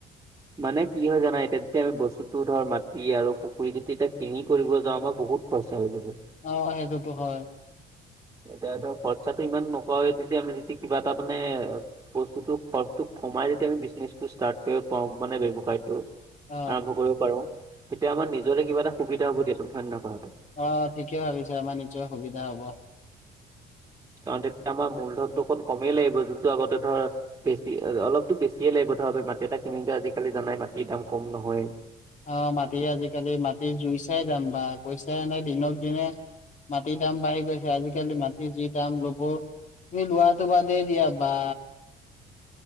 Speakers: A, on the right; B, on the left.
A: মানে কি হয় জানা, এতিয়া যেতিয়া আমি বস্তুতটো ধৰ মাটি আৰু পুখুৰী যদি এতিয়া কিনি কৰিব যাওঁ মই বহুত। খৰচা হৈ যাব।
B: অ' সেইটোতো হয়।
A: এতিয়া খৰচাটো ইমান নকওঁৱে তেতিয়া আমি যি তি কিবা এটা মানে। বস্তুটো খৰচটো কমাই য আমি বিজনেচ ষ্টাৰ্ট কৰিব পাৰো মানে ব্যৱসায়টো।
B: অ
A: আৰম্ভ কৰিব পাৰো তেতিয়া আমাৰ নিজৰে কিবা এটা সুবিধা হব দিয়াোন সন্ধান কথাষাৰটো।
B: অ' ঠিকে ভাবিছে আমাৰ নিশ্চয় সুবিধা হব।
A: <unintelligible> আমাৰ মূলধনতটো অকণ কমেই লাগিব যোনটো আগতে ধৰ। বেছি অলপতো বেছিয়ে লাগিব ধৰা মাটি এটা কিনতে আজিকালি জানাই মাটিৰ দাম কম নহয়।
B: অ' মাটি আজিকালি মাটি জুই চাই যাম দাম বা পইছা এনে দিনক দিনে। মাটিৰ দাম বাঢ়ি গৈছে আজিকালি মাটি যি দাম লব। তুমি লোৱাটো বাদেই দিয়া বা